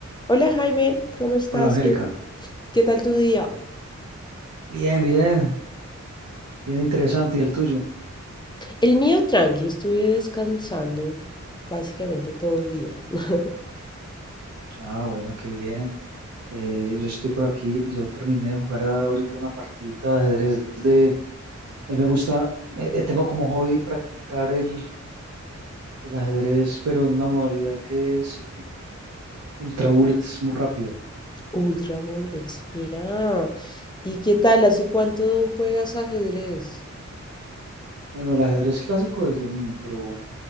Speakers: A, on the left; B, on the right.
A: Hola Jaime, ¿cómo estás?
B: Hola Angélica.
A: ¿Qué, qué tal tu día?
B: Bien, bien, bien interesante. ¿Y el tuyo?
A: El mío tranqui, estuve descansando básicamente todo el día. <laughs>
B: Ah, bueno, qué bien. Eh, yo estoy por aquí. Yo terminé de jugar ahorita una partidita de ajedrez de... A mí me gusta, me- eh, tengo como hobby practicar el, el ajedrez, pero en una modalidad que es ultra bullet, es muy rápida.
A: Ultra Bullets, mira. ¿Y qué tal? ¿Hace cuánto juegas ajedrez?
B: Bueno, el ajedrez clásico desde niño, pero,